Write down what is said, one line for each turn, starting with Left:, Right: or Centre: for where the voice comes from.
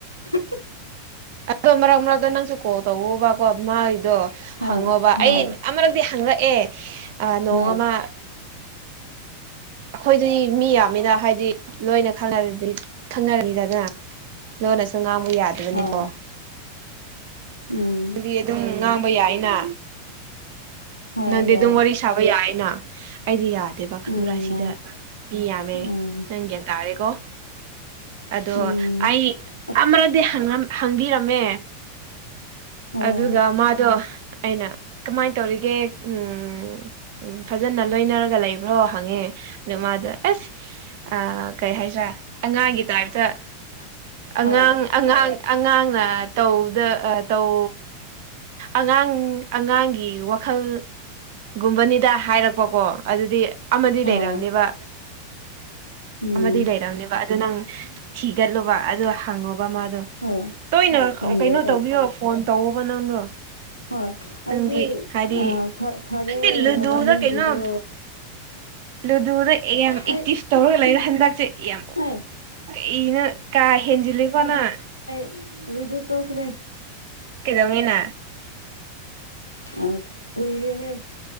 Left: ꯍꯤ
Right: ꯑꯗꯣ ꯃꯔꯛ ꯃꯔꯛꯇ ꯅꯪꯁꯨ ꯀꯣꯜ ꯇꯧꯑꯣꯕ ꯀꯣ ꯃꯏꯗꯣ
Left: ꯍꯣꯏ
Right: ꯍꯪꯉꯣꯕ
Left: ꯍꯣꯏ
Right: ꯑꯩ ꯑꯃꯔꯛꯇꯤ ꯍꯪꯂꯛꯑꯦ ꯑꯥ ꯅꯣꯡꯑꯃ
Left: ꯍꯣꯏ
Right: ꯑꯩꯈꯣꯏꯗꯤ ꯃꯤ ꯌꯥꯝꯃꯤꯗ ꯍꯥꯏꯗꯤ ꯂꯣꯏꯅ ꯈꯪꯅꯗꯤ ꯈꯪꯅꯔꯅꯤꯗꯅ ꯂꯣꯟꯅꯁꯨ ꯉꯥꯡꯕ ꯌꯥꯗꯕꯅꯤꯀꯣ
Left: ꯑꯣ ꯎꯝ
Right: ꯑꯗꯨꯗꯤ ꯑꯗꯨꯝ ꯉꯥꯡꯕ ꯌꯥꯏꯅ
Left: ꯍꯣꯏ
Right: ꯅꯪꯗꯤ
Left: ꯌꯥꯏ
Right: ꯑꯗꯨꯝ ꯋꯥꯔꯤ ꯁꯥꯕ ꯌꯥꯏꯅ ꯑꯩꯗꯤ ꯌꯥꯗꯦ ꯗꯦꯕ
Left: ꯎꯝ
Right: ꯈꯪꯕ꯭ꯔꯥ ꯁꯤꯗ
Left: ꯌꯥꯏ
Right: ꯃꯤ ꯌꯥꯝꯃꯦ
Left: ꯑꯣ
Right: ꯅꯪ ꯒ꯭ꯌꯥꯟ ꯇꯥꯔꯦꯀꯣ ꯑꯗꯣ
Left: ꯎꯝ
Right: ꯑꯩ
Left: ꯑꯁ
Right: ꯑꯃꯔꯛꯗꯤ ꯍꯪꯉꯝ ꯍꯪꯕꯤꯔꯝꯃꯦ
Left: ꯑꯣ
Right: ꯑꯗꯨꯒ ꯃꯥꯗꯣ ꯑꯩꯅ ꯀꯃꯥꯏꯅ ꯇꯧꯔꯤꯒꯦ ꯎꯝ ꯎꯝ ꯐꯖꯅ ꯂꯣꯏꯅꯔꯒ ꯂꯩꯕ꯭ꯔꯣ ꯍꯪꯉꯦ ꯑꯗꯨ ꯃꯥꯗꯣ ꯑꯦꯁ ꯑꯥ ꯀꯩ ꯍꯥꯏꯁꯤ ꯇ꯭ꯔ ꯑꯉꯥꯡꯒꯤ ꯇꯥꯏꯞꯇ
Left: <inaudible>
Right: ꯑꯉꯥꯡ
Left: ꯍꯣꯏ
Right: ꯑꯉꯥꯡ ꯑꯉꯥꯡꯅ ꯇꯧꯕꯗ ꯑꯥ ꯇꯧ ꯑꯉꯥꯡ ꯑꯉꯥꯡꯒꯤ ꯋꯥꯈꯜ ꯒꯨꯝꯕꯅꯤꯗ ꯍꯥꯏꯔꯛꯄꯀꯣ ꯑꯗꯨꯗꯤ ꯑꯃꯗꯤ
Left: ꯑꯣ
Right: ꯂꯩꯔꯝꯅꯤꯕ
Left: ꯎꯝ
Right: ꯑꯃꯗꯤ ꯂꯩꯔꯝꯅꯤꯕ ꯑꯗꯨ ꯅꯪ ꯊꯤ ꯒꯠꯂꯨꯕ ꯑꯗꯨ ꯍꯪꯉꯣꯕ ꯃꯥꯗꯣ
Left: ꯍꯣꯏ
Right: ꯇꯣꯏꯅ
Left: ꯍꯪꯒꯦ
Right: ꯀꯩꯅꯣ
Left: ꯑꯩ
Right: ꯇꯧꯕꯤꯌꯣ ꯐꯣꯟ ꯇꯧꯑꯣꯕ ꯅꯪꯗꯣ
Left: ꯍꯣꯏ
Right: ꯅꯪꯗꯤ
Left: ꯑꯩꯗꯤ
Right: ꯍꯥꯏꯗꯤ
Left: ꯑꯥ ꯐ ꯐꯔꯦ
Right: ꯅꯪꯗꯤ ꯂꯨꯗꯨꯗ
Left: ꯅꯕꯥꯅꯤꯒꯤꯗꯣ
Right: ꯀꯩꯅꯣ ꯂꯨꯗꯨꯗ ꯑꯦꯝ
Left: ꯑꯩ
Right: ꯏꯛꯇꯤꯁ ꯇꯧꯔꯒ ꯂꯩꯔꯦ ꯍꯟꯗꯛꯁꯦ ꯑꯦꯝ
Left: ꯑꯩ
Right: ꯀꯩꯅꯣ ꯀꯥ ꯍꯦꯟꯖꯤꯜꯂꯤꯀꯣ ꯅꯪ
Left: ꯑꯗꯨ ꯑꯗꯨ ꯇꯣꯛꯈ꯭ꯔꯦ
Right: ꯀꯩꯗꯧꯅꯤ ꯅꯪ
Left: ꯑ ꯀꯨꯏꯔꯦꯍꯦ